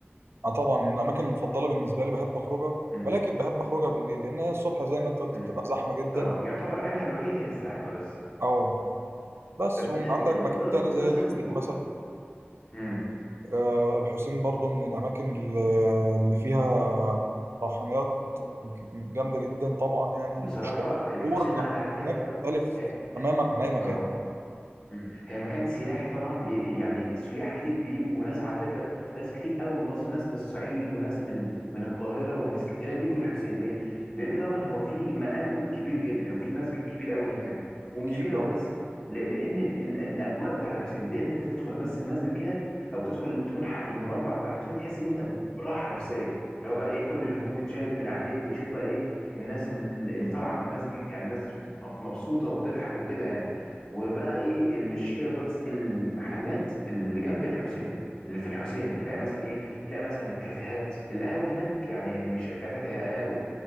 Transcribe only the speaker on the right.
اه طبعا من الاماكن المفضلة بالنسبة لي بحب اخرجها
ولكن بحب اخرجها
بالليل لان هي الصبح زي ما انت قلت
بتبقى زحمة جدا
اه بس
وعندك
مكان
تاني زي
الحسين
مثلا
آه، الحسين برضو من الأماكن ال- اللي فيها روحانيات جامدة جدا طبعا يعني
شعور-
شعورك
لما تكون
هناك
مختلف
تماما عن أي مكان
أكيد
أه